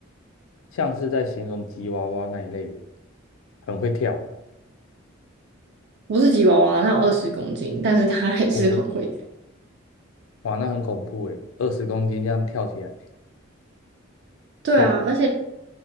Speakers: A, on the left; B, on the right.
A: 像是在形容吉娃娃那一类的，很会跳。
B: 我是吉娃娃，它有二十公斤，但是它还是很会跳
A: 哦，哇，那很恐怖诶，二十公斤这样跳起来，
B: 对啊，
A: 可以。
B: 而且